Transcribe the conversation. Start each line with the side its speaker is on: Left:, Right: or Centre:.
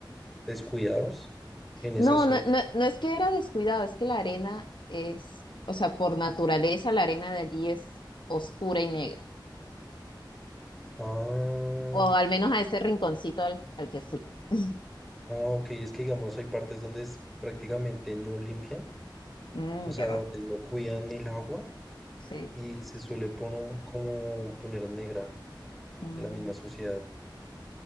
Centre: descuidados en esa
Left: No,
Centre: zona.
Left: no, no, no es que era descuidado, es que la arena es, o sea, por naturaleza la arena de allí es oscura y negra,
Centre: Ah,
Left: o al menos a ese rinconcito al, al que fui. <laughs>
Centre: ah, ok, es que digamos hay partes donde es- prácticamente no limpian,
Left: Mm,
Centre: o sea,
Left: qué raro.
Centre: donde no cuidan el agua
Left: Sí.
Centre: y se suele pono- como poner negra
Left: Mm.
Centre: de la misma sociedad.